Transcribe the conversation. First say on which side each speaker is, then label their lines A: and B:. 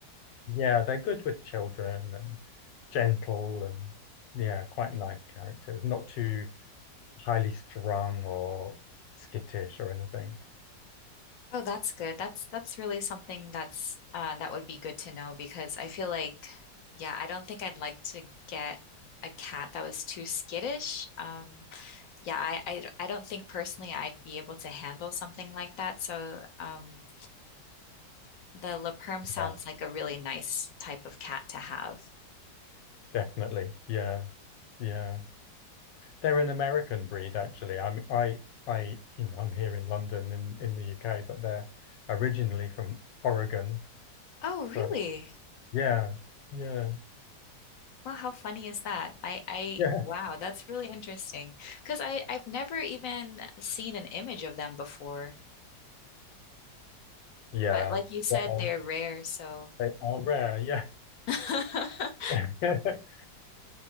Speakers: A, on the left; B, on the left.
A: Yeah, they're good with children and gentle and yeah, quite nice characters. Not too highly strung or skittish or anything.
B: oh, that's good. That's that's really something that's uh, that would be good to know because I feel like, yeah, I don't think I'd like to get a cat that was too skittish. Um, yeah, I, I I don't think personally I'd be able to handle something like that. So, um, the Le Perm sounds
A: Yeah.
B: like a really nice type of cat to have.
A: Definitely. Yeah. Yeah. They're an American breed actually. I'm I I you know, I'm here in London in in the UK, but they're originally from Oregon.
B: Oh, really?
A: So, yeah. Yeah.
B: Well, how funny is that? I, I,
A: <laughs> Yeah.
B: wow, that's really interesting. Because I, I've never even seen an image of them before.
A: Yeah.
B: But like you said,
A: Well,
B: they're rare, so.
A: they are rare. Yeah.
B: <laughs>
A: <laughs>